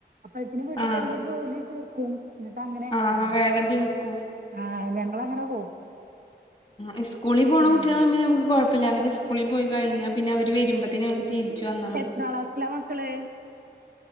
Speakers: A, on the right; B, on the left.
A: അപ്പഴ്ത്തേന് വീട്ടത്തെ
B: ആഹ്
A: എല്ലാം ജോലി തീർക്കും എന്നിട്ട് അങ്ങനെ ഞങ്ങ
B: ആഹ്
A: ഇറങ്ങ
B: വേഗം തീർക്കും
A: ആഹ് ഞങ്ങൾ അങ്ങനെ പോവും
B: ആ സ്കൂളി പോണ
A: ഉം
B: കുട്ടികള കുമ്പ നമുക്ക് കുഴപ്പില്ല അവര് സ്കൂളിൽ പോയി കഴിഞ്ഞാൽ പിന്നെ അവര് വരുമ്പോത്തേ നമു തിരിച്ചു വന്ന
A: എത്രാളാസിലാ മക്കള്